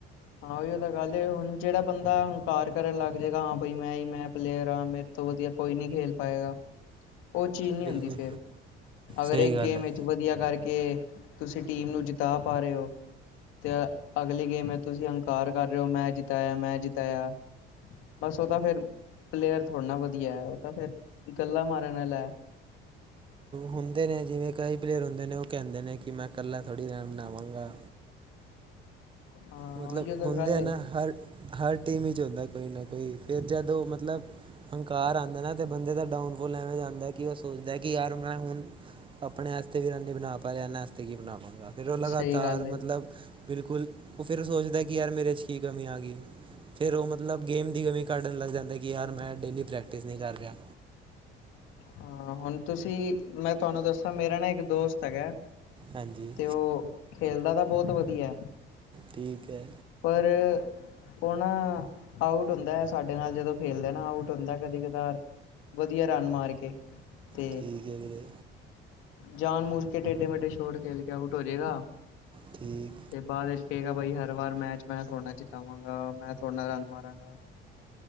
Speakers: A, on the left (about 85°); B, on the right (about 25°).
A: ਹਾਂ ਉਹ ਤਾਂ ਗੱਲ ਹੁਣ ਜਿਹੜਾ ਬੰਦਾ ਹੰਕਾਰ ਕਰਨ ਲੱਗ ਜਾਏਗਾ ਹਾਂ ਬਾਈ ਮੈਂ ਹੀ ਮੈਂ ਪਲੇਅਰ ਹਾਂ ਮੇਰੇ ਤੋਂ ਵਧੀਆ। ਕੋਈ ਨਹੀਂ ਖੇਲ ਪਾਏਗਾ। ਉਹ ਚੀਜ਼ ਨਹੀਂ
B: ਬਿਲਕੁਲ
A: ਹੁੰਦੀ ਫਿਰ, ਅਗਰ
B: ਸਹੀ
A: ਇਹ
B: ਗੱਲ
A: ਗੇਮ
B: ਹੈ
A: ਵਿੱਚ ਵਧੀਆ ਕਰਕੇ ਕਿ ਤੁਸੀਂ ਟੀਮ ਨੂੰ ਜਿਤਾ ਪਾ ਰਹੇ ਹੋ, ਤੇ ਅਗਲੀ ਗੇਮ ਹੈ। ਤੁਸੀਂ ਅੰਹਕਾਰ ਕਰ ਰਹੇ ਹੋ, ਮੈਂ ਜਿਤਾਇਆ ਮੈਂ ਜਿਤਾਇਆ। ਬਸ ਉਹ ਤਾਂ ਫੇਰ ਪਲੇਅਰ ਥੋੜ੍ਹਾ ਨਾ ਵਧੀਆ ਹੈ ਉਹ ਤਾਂ ਫੇਰ ਗੱਲਾ ਮਾਰਨ ਵਾਲਾ ਐ
B: ਹੁੰਦੇ ਨੇ ਜਿਵੇਂ ਕਈ ਪਲੇਅਰ ਹੁੰਦੇ ਨੇ ਉਹ ਕਹਿੰਦੇ ਨੇ ਕਿ ਮੈਂ ਇਕੱਲਾ ਥੋੜ੍ਹੀ ਰਣ ਬਨਾਵਾਂਗਾ।
A: ਹਾਂ
B: ਮਤਲਬ
A: ਉਹੀਓ ਤਾਂ
B: ਹੁੰਦੇ
A: ਗੱਲ
B: ਹੈ
A: ਏ
B: ਨਾ, ਹਰ ਹਰ ਟੀਮ ਵਿੱਚ ਹੁੰਦਾ ਕੋਈ ਨਾ ਕੋਈ ਫਿਰ ਜਦੋਂ ਮਤਲਬ ਅਹੰਕਾਰ ਆਉਂਦਾ ਨਾ ਅਤੇ ਬੰਦੇ ਦਾ ਡਾਊਨਫੋਲ ਐਵੇਂ ਆਂਦਾ ਹੈ, ਕਿ ਉਹ ਸੋਚਦਾ ਹੈ ਕਿ ਯਾਰ ਮੈਂ ਹੁਣ ਆਪਣੇ ਵਾਸਤੇ ਵੀ ਰਾਨ ਬਣਾ ਪਾ ਰਿਹਾ, ਇਹਨਾਂ ਵਾਸਤੇ ਕੀ ਬਣਾਵਾਂਗਾ। ਫਿਰ ਉਹ ਲਗਾਤਾਰ
A: ਸਹੀ ਗੱਲ ਏ
B: ਮਤਲਬ ਬਿਲਕੁਲ, ਉਹ ਫਿਰ ਸੋਚਦਾ ਕਿ ਯਾਰ ਮੇਰੇ 'ਚ ਕੀ ਕਮੀ ਆ ਗਈ। ਫਿਰ ਉਹ ਮਤਲਬ ਗੇਮ ਦੀ ਕਮੀ ਕੱਢਣ ਲੱਗ ਜਾਂਦਾ, ਕਿ ਯਾਰ ਮੈਂ ਡੇਲੀ ਪ੍ਰੈਕਟਿਸ ਨਹੀਂ ਕਰ ਰਿਹਾ।
A: ਹਾਂ ਹੁਣ ਤੁਸੀਂ, ਮੈਂ ਤੁਹਾਨੂੰ ਦੱਸਾਂ ਮੇਰਾ ਨਾ ਇੱਕ ਦੋਸਤ ਹੈਗਾ
B: ਹਾਂਜੀ
A: ਤੇ ਉਹ ਖੇਲਦਾ ਤਾਂ ਬਹੁਤ ਵਧੀਆ।
B: ਠੀਕ ਹੈ।
A: ਪਰ-‍- ਹੁਣ ਆਊਟ ਹੁੰਦਾ ਹੈ, ਸਾਡੇ ਨਾਲ ਜਦੋਂ ਖੇਲਦੇ ਨਾ ਆਊਟ ਹੁੰਦਾ ਕਦੇ ਕਦਾਰ। ਵਧੀਆ ਰਨ ਮਾਰ ਕੇ। ਤੇ
B: ਠੀਕ ਹੈ ਵੀਰੇ।
A: ਜਾਨ ਮੂਚ ਕੇ ਟੇਡੇ ਮੇਢੇ ਸ਼ਛੋਰ ਖੇਲ ਕੇ ਆਊਟ ਹੋ ਜੇਗਾ।
B: ਠੀਕ।
A: ਤੇ ਬਾਦ ਵਿੱਚ ਕਹੇਗਾ ਬਈ ਹਰ ਵਾਰ ਮੈਚ ਮੈਂ ਥੋੜੇ ਨਾਲ ਜਿਤਾਵਾਂਗਾ, ਮੈਂ ਥੋੜੇ ਨਾ ਰਨ ਮਾਰਾਂਗਾ।